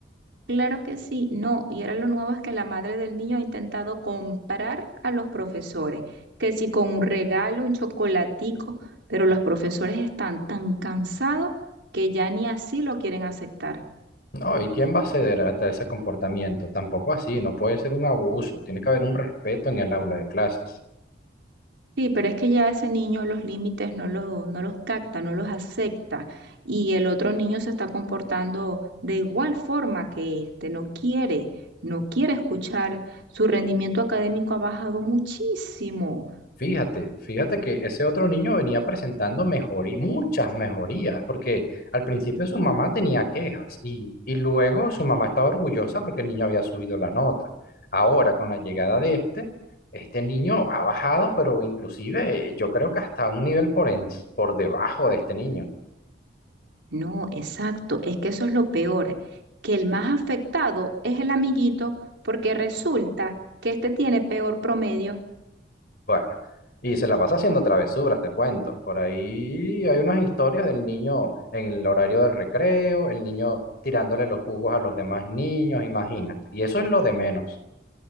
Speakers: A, on the right; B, on the left.
A: Claro que sí, no, y ahora lo nuevo es que la madre del niño ha intentado comprar a los profesores, que si con un regalo, un chocolatico, pero los profesores están tan cansados que ya ni así lo quieren aceptar.
B: No, ¿y quién va a ceder hasta ese comportamiento? Tampoco así, no puede ser un abuso, tiene que haber un respeto en el aula de clases.
A: Sí, pero es que ya ese niño los límites no los, no los capta, no los acepta, y el otro niño se está comportando de igual forma que este, no quiere, no quiere escuchar, su rendimiento académico ha bajado muchísimo.
B: Fíjate, fíjate que ese otro niño venía presentando mejorí- muchas mejorías, porque al principio su mamá tenía quejas y, y luego su mamá estaba orgullosa porque el niño había subido la nota. Ahora, con la llegada de este, este niño ha bajado, pero inclusive eh, yo creo que hasta un nivel por, en- por debajo de este niño.
A: No, exacto, es que eso es lo peor, que el más afectado es el amiguito porque resulta que este tiene peor promedio.
B: Bueno, y se la pasa haciendo travesuras, te cuento. Por ahí hay unas historias del niño en el horario del recreo, el niño tirándole los jugos a los demás niños, imagínate. Y eso es lo de menos.